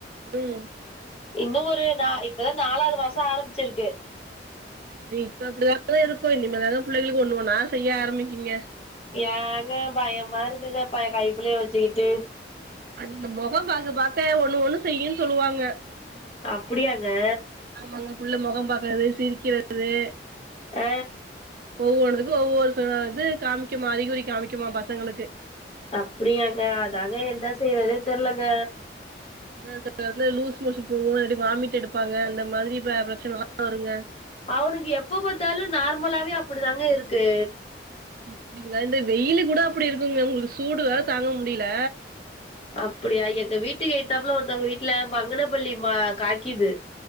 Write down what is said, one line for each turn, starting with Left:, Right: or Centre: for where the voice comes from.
Right: ம்
Left: இன்னு ஒரு நா இப்பதா நாலாது மாசோ ஆரம்பிச்சிருக்கு
Right: செரி இப்ப அப்டிதாங்க இருக்கு இனிமேதாங்க புள்ளைங்களுக்கு ஒண்ணு ஒண்ணா செய்ய ஆரம்பிக்குங்க
Left: ஏங்க பயமா இருக்குங்க ப கைப்புள்ளைய வச்சிக்கிட்டு
Right: அதுங்க மொகோ பாக்க பாக்க ஒண்ணு ஒண்ணு செய்யுன்னு சொல்லுவாங்க
Left: அப்டியாங்க
Right: ஆமாங்க புள்ள மொகோ பாக்குறது சிரிக்கிறது
Left: ஆ
Right: ஒவ்வொரு இதுக்கு ஒவ்வொரு ச இது காமிக்குமா அறிகுறி காமிக்குமா பசங்களுக்கு
Left: அப்டியாங்க அதாங்க என்ன செய்றதுன்னே தெரிலங்க
Right: அதா செல இடத்துல லூஸ் மோஷன் போகு இல்லாட்டி வாமிட் எடுப்பாங்க அந்த மாதிரி பிர பிரச்சனல்லா வருங்க
Left: அவ்னுக்கு எப்ப பாத்தாலும் நார்மலாவே அப்டி தாங்க இருக்கு
Right: அப்டிங்களா இந்த வெயில் கூட அப்படி இருக்குங்க உங்ளுக்கு சூடு வேறு தாங்க முடியல
Left: அப்படியா எங்க வீட்டுக்கு ஏத்தாப்ல ஒருத்தவங்க வீட்டுல மங்கன பள்ளி மா காக்கிது